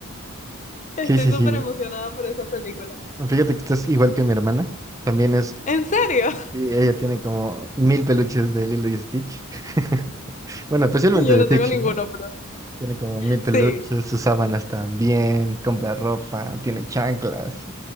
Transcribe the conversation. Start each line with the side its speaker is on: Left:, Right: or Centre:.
Left: <laughs> Estoy
Right: Sí, sí,
Left: súper
Right: sí.
Left: emocionada por esa película.
Right: Fíjate que estás igual que mi hermana. También es,
Left: ¿En serio?
Right: y ella tiene como mil peluches de Lilo y Stitch. <laughs> Bueno, especialmente
Left: <laughs> Yo
Right: de
Left: no
Right: Stitch,
Left: tengo ninguno,
Right: ¿no?
Left: pero
Right: Tiene como mil
Left: sí.
Right: peluches, sus sábanas también, compra ropa, tiene chanclas,